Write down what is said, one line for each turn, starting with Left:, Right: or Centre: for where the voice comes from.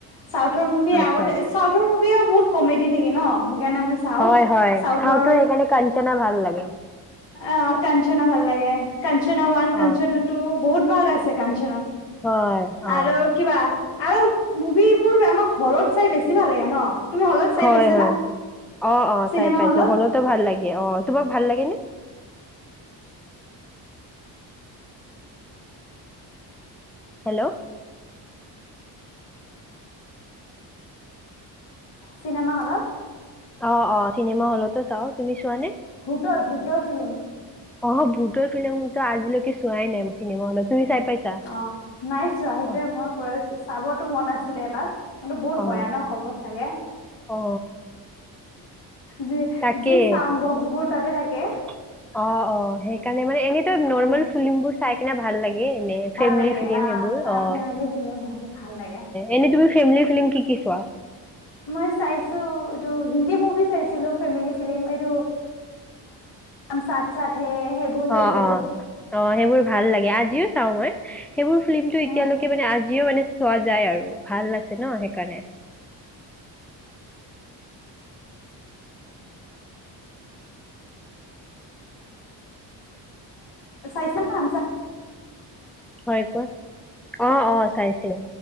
Left: চাউথৰ মুভি
Centre: আচ্ছা
Left: আগতে চাউথৰ মুভিও বহুত কমেডি থাকে ন সেইকাৰণে মই চাওঁ
Centre: হয় হয়
Left: চাউথৰ
Centre: সেইকাৰণে কাঞ্চনা ভাল লাগে
Left: অ কঞ্চনা ভাল লাগে। কঞ্চনা ৱান
Centre: অ
Left: কঞ্চনা টু বহুত ভাগ আছে কাঞ্চ
Centre: হয়
Left: আৰু
Centre: অ
Left: কিবা আৰু মুভিবোৰ আমাক হলত চাই বেছি ভাল লাগে ন। তুমি হলত চাই
Centre: হয়
Left: পাইছা
Centre: হয়
Left: না
Centre: অ অ
Left: চিনেমা
Centre: চাই পাইছো
Left: হলত
Centre: হলেতো ভাল লাগে অ তোমাক ভাল লাগে নে হেল্ল'
Left: চিনেমা হলত
Centre: অ অ চিনেমা হলতো চাও তুমি চোৱা নে?
Left: ভূতৰ ভূতৰ ফিলিম
Centre: অ ভূতৰ ফিলিম কিটা আজিলৈকে যোৱাই নাই মই চিনেমা হলত তুমি চাই পাইছা
Left: অ নাই চোৱা সেইটোয়ে
Centre: অ
Left: মই কৈ আছো চাবতো মন আছিলে এবাৰ কিন্তু বহুত
Centre: অ
Left: ভয়ানক হ'ব চাগে।
Centre: অ
Left: যি
Centre: তাকে
Left: যি চাউণ্ড বক্স
Centre: অ
Left: বোৰ তাতে থাকে
Centre: অ সেইকাৰণে মানে এনেত
Left: অ
Centre: নৰ্মেল ফিল্মবোৰ চাই ভাল লাগে এনেই ফেমেলি
Left: ভাল লাগে
Centre: ফ্লিম
Left: অ
Centre: হ'লে
Left: অ
Centre: অহ
Left: ফেমিলি ফিলিম ভাল লাগে
Centre: এনেই তুমি ফেমিলি ফিল্ম কি কি চোৱা
Left: মই চাইছো এইটো হিন্দী মুভি চাইছিলো ফেমিলি ফ্লিম এইটো হাম চাথ চাথ হে সেইবোৰ চাইছিলো
Centre: অ অ অ সেইবোৰ ভাল লাগে। আজিও চাও মই সেইবোৰ ফিল্মতটো
Left: হা
Centre: এতিয়ালৈকে মানে আজিও মানে চোৱা যায় আৰু ভাল ল আছে ন <unintelligible> সেইকাৰণে
Left: চাইছে ন হাম চাথ
Centre: হয় কোৱা অ অ চাইছিলো